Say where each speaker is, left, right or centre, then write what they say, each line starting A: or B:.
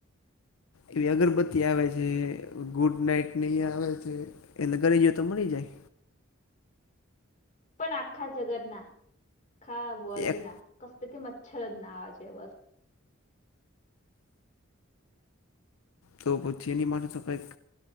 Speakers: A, on the left; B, on the left.
A: એવી અગરબત્તી આવે છે ગુડ નાઈટ ની આવે છે એલે ઘણી જોઓ તો મળી જાય.
B: પણ આખા જગતના આખા વર્લ્ડ
A: એક
B: ના, કથી મચ્છર જ ના આવા છે બસ.
A: તો પછી એની મારે તો કંઈક.